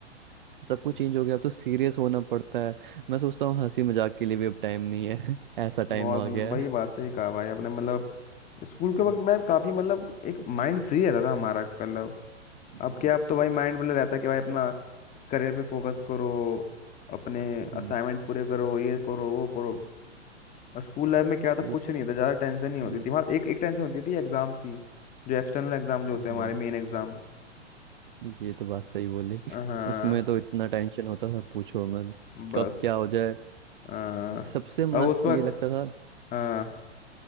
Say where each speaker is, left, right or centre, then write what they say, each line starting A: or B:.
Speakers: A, on the right; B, on the left.
A: सब कुछ
B: इसको
A: चेंज हो गया अब तो सीरियस होना पड़ता है मैं सोचता हूँ हंसी मजाक के लिए भी अब टाइम नहीं है <laughs> ऐसा टाइम
B: बहुत
A: आ
B: मतलब
A: गया
B: भाई
A: है
B: ये बात सही कहा भाई आपने मतलब स्कूल के
A: हम्म,
B: वक्त मैं काफी मतलब एक माइंड फ्री रहता था हमारा मतलब
A: हम्म,
B: अब क्या अब तो भाई माइंड मतलब रहता है कि भाई अपना करियर पे फोकस करो अपने
A: हम्म,
B: असाइनमेंट पूरे करो ये करो वो करो और स्कूल लाइफ में क्या था
A: वो-
B: कुछ नहीं था ज्यादा टेंशन नहीं
A: हम्म,
B: होती थी वहाँ एक एक टेंशन होती थी एग्जाम्स की जो एक्सटर्नल एग्जाम जो होते
A: हाँ।
B: हैं हमारे मेन एग्जाम्स
A: <laughs> ये तो बात सही बोली
B: हाँ
A: उसमें तो इतना टेंशन होता था पूछो मैं
B: बस
A: कब क्या हो जाए
B: हाँ
A: सबसे मस्त
B: और उस वक्त
A: ये लगता था
B: हाँ